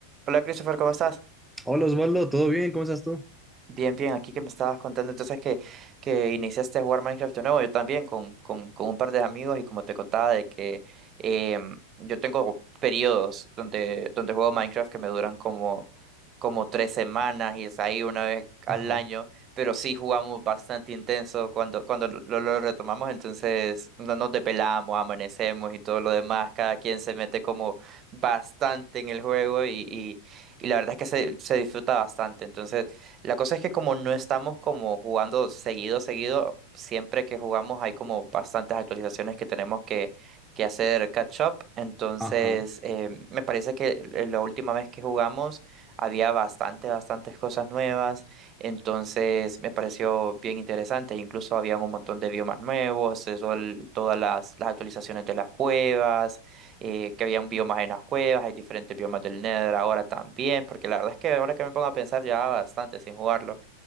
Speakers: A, on the right (about 30°); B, in the centre.
A: Hola Christopher, ¿cómo estás?
B: Hola Osvaldo, ¿todo bien? ¿Cómo estás tú?
A: Bien, bien, aquí que me estabas contando entonces que, que iniciaste a jugar Minecraft de nuevo, yo también con, con, con un par de amigos y como te contaba de que em, yo tengo periodos donde, donde juego Minecraft que me duran como, como tres semanas y es ahí una vez al
B: Ajá,
A: año, pero sí jugamos bastante intenso cuando, cuando lo, lo retomamos, entonces no nos depelamos, amanecemos y todo lo demás, cada quien se mete como bastante en el juego y, y, y la verdad es que se, se disfruta bastante, entonces... La cosa es que como no estamos como jugando seguido, seguido, siempre que jugamos hay como bastantes actualizaciones que tenemos que, que hacer catch up. Entonces,
B: ajá,
A: eh, me parece que l- la última vez que jugamos había bastante, bastantes cosas nuevas. Entonces, me pareció bien interesante. Incluso habían un montón de biomas nuevos, eso el- todas las, las actualizaciones de las cuevas eh, que habían biomas en las cuevas, hay diferentes biomas del Nether ahora también, porque la verdad es que ahora que me pongo a pensar ya bastante sin jugarlo.